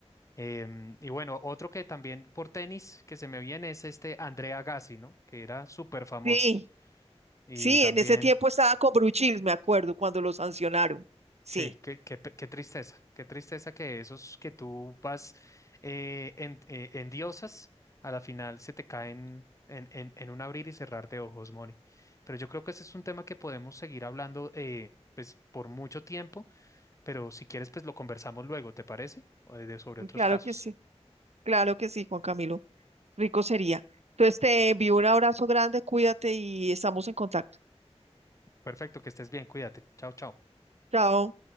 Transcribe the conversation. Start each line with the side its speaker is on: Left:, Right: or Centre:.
Left: Em, y bueno, otro que también por tenis que se me viene es este Andrea Gassi, ¿no? Que era súper famoso.
Right: Sí,
Left: Y
Right: sí,
Left: también
Right: en ese tiempo estaba con Bruchil, me acuerdo, cuando lo sancionaron. Sí,
Left: Sí, qué, qué, pe- qué tristeza, qué tristeza que esos que tú vas eh, en, eh, en diosas, a la final se te caen en, en, en un abrir y cerrar de ojos, Moni. Pero yo creo que ese es un tema que podemos seguir hablando eh, pues, por mucho tiempo, pero si quieres, pues lo conversamos luego, ¿te parece? O de, sobre otros
Right: claro
Left: casos.
Right: que sí. Claro que sí, Juan Camilo. Rico sería. Entonces te envío un abrazo grande, cuídate y estamos en contacto.
Left: Perfecto, que estés bien, cuídate. Chao, chao.
Right: Chao.